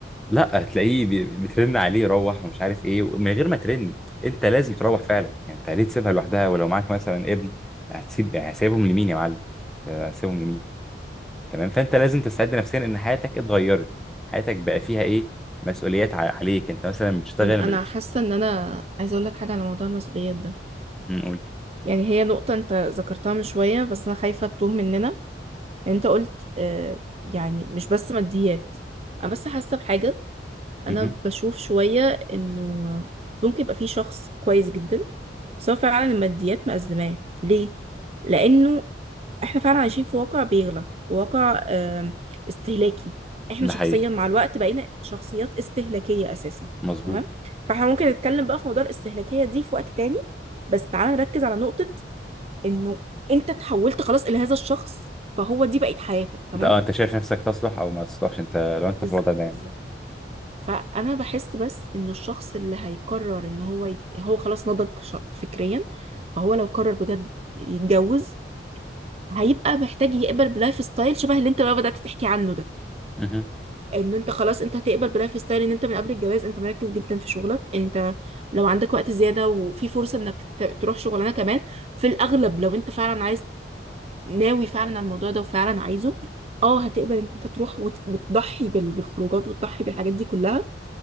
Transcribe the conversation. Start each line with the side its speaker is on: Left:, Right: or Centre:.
Centre: لا هتلاقيه بي- بترن عليه روح ومش عارف ايه ومن غير ما ترن انت لازم تروح فعلا يعني انت ليه تسيبها لوحدها ولو معاك مثلا ابن هتسيب يعني هسيبهم لمين يا معلم هتسيبهم لمين تمام فانت لازم تستعد نفسيا ان حياتك اتغيرت حياتك بقى فيها ايه مسؤوليات ع- عليك انت مثلا بتشتغل
Right: انا
Centre: مش
Right: انا
Centre: بتشتغل
Right: حاسه ان انا عايزه اقول لك حاجه على موضوع المسؤوليات ده
Centre: مهم، قول
Right: يعني هي نقطه انت ذكرتها من شويه بس انا خايفه تتوه مننا انت قلت آه، يعني مش بس ماديات انا بس حاسه بحاجه
Centre: مهم.
Right: انا بشوف شويه انه ممكن يبقى في شخص كويس جدا بس هو فعلا الماديات مأزماه ليه لانه احنا فعلا عايشين في واقع بيغلى واقع آم، استهلاكي احنا
Centre: ده
Right: شخصيا
Centre: حقيقي
Right: مع الوقت بقينا شخصيات استهلاكيه اساسا
Centre: مظبوط
Right: تمام فاحنا ممكن نتكلم بقى في موضوع الاستهلاكيه دي في وقت تاني بس تعالى نركز على نقطه انه انت تحولت خلاص لهذا الشخص فهو دي بقت حياتك تمام
Centre: انت اه انت شايف نفسك تصلح او ما تصلحش انت لو انت
Right: بز-
Centre: في الوضع
Right: بالظبط
Centre: ده يعني
Right: فانا بحس بس انه الشخص اللي هيقرر ان هو ي... هو خلاص نضج ش- فكريا فهو لو قرر بجد يتجوز هيبقى محتاج يقبل بلايف ستايل شبه اللي انت بقى بدأت تحكي عنه ده
Centre: مهم.
Right: انه انت خلاص انت هتقبل بلايف ستايل ان انت من قبل الجواز انت مركز جدا في شغلك انت لو عندك وقت زيادة وفي فرصة انك ت- تروح شغلانة كمان في الاغلب لو انت فعلا عايز ناوي فعلا على الموضوع ده وفعلا عايزه اه هتقبل ان انت تروح وت- وتضحي بال- بالخروجات وتضحي بالحاجات دي كلها